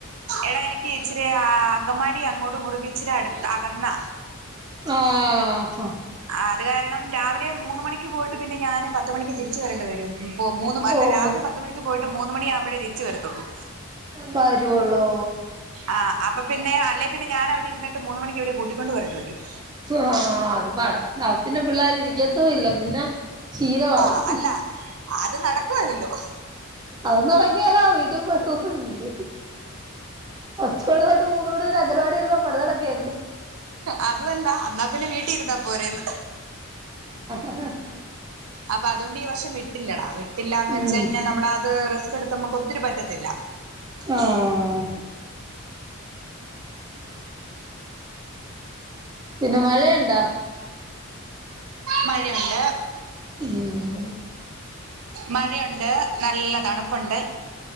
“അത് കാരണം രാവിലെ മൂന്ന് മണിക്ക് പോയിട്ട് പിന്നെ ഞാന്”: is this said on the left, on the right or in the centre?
Right